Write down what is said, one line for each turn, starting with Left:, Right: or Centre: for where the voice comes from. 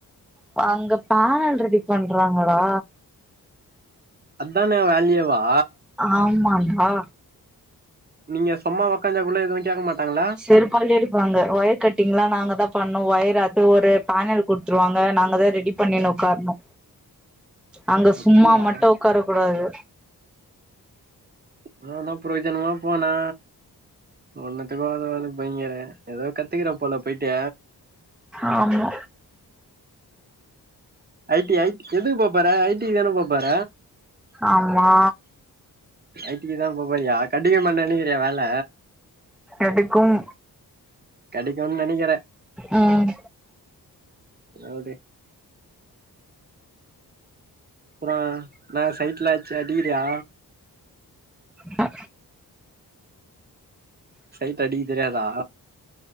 Centre: ப அங்க பேனல் ரெடி பண்றாங்கடா
Right: அதுதான வேலையேவா
Centre: ஆமான்டா
Right: நீங்க சும்மா ஒக்காஞ்சா கூட எதுவு கேக்க மாட்டாங்கல்ல
Centre: செருப்பாலே அடிப்பாங்க, ஒயர் கட்டிங்லா நாங்கதா பண்ணு ஒயர் அது ஒரு பேனல் குடு த்துருவாங்க நாங்கதா ரெடி பண்ணினு உக்காரணு அங்க
Right: அப்டியா
Centre: சும்மா மட்டு உக்கார கூடாது
Right: போனா பிரயோஜனமா போனு ஒன்னுத்துக்கு ஒதாவது போயிங்கர ஏதோ கத்துக்கற போல போயிட்டு
Centre: ஆமா
Right: ஐ டி, ஐ எதுக்கு போப்போற ஐ டி க்குதான போப்போற
Centre: ஆமா
Right: ஐ டிக்கு தா போப் போறியா கண்டினியு பண்ண நெனைக்கிறியா வேல
Centre: எதுக்கும்
Right: கெடைக்குனு நெனைக்கிற
Centre: ம்
Right: ற வுடு அப்பறோ என்ன சைட்லா யாரயாச்சு அடிக்கிறியா
Centre: ஆ
Right: சைட் அடிக்க தெரியாதா